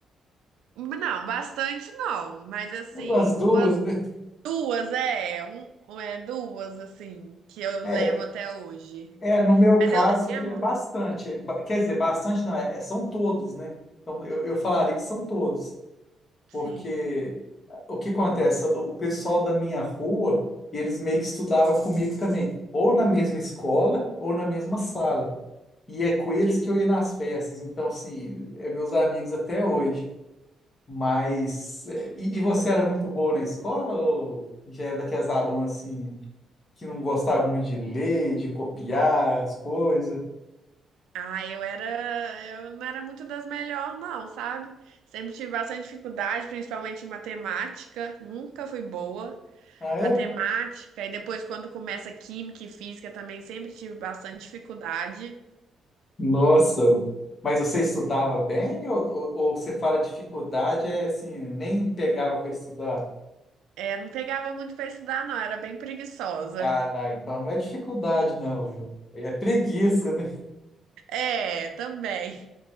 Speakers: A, on the right; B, on the left.
A: Não, bastante não, mas assim,
B: As duas,
A: umas
B: né?
A: duas, é, um, um, é duas, assim, que eu
B: É,
A: levo até hoje.
B: é, no meu
A: Mas
B: caso
A: eu lembro,
B: já é bastante. É ba- Quer dizer, bastante não, é, é- são todos, né? Então eu, eu falaria que são todos,
A: sim.
B: porque o que acontece? O pessoal da minha rua, eles meio que estudava comigo também, ou na mesma escola, ou na mesma sala. E é com eles que eu ia nas festas, então, assim, é meus amigos até hoje. Mas, é, e, e você era muito boa na escola, ou já é daquelas alunas, assim, que não gostava muito de ler, de copiar as coisas?
A: Ah, eu era, eu não era muito das melhores, não, sabe? Sempre tive bastante dificuldade, principalmente em matemática, nunca fui boa.
B: Ah, é?
A: Matemática, e depois quando começa química e física também sempre tive bastante dificuldade.
B: Nossa, mas você estudava bem, ou, ou, ou você fala dificuldade, é assim, nem pegava para estudar?
A: É, não pegava muito pra estudar, não, era bem preguiçosa.
B: Ah, não, então não é dificuldade, não. É é preguiça, né?
A: É, também.